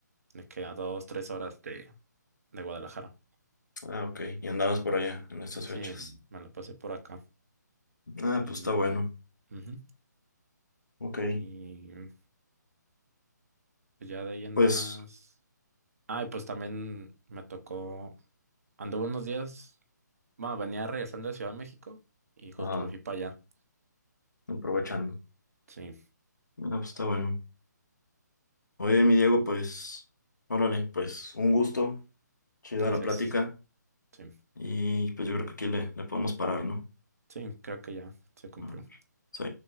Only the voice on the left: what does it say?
Ah, ok. ¿Y andabas
por allá en estas
fechas?
Ah,
pues está bueno.
Ok.
Pues,
ah,
aprovechando.
Ah, pues está bueno. Oye, mi Diego, pues, órale, pues un gusto. Chida
la plática.
Y pues yo creo que aquí le, le podemos parar, ¿no?
A ver, Sí.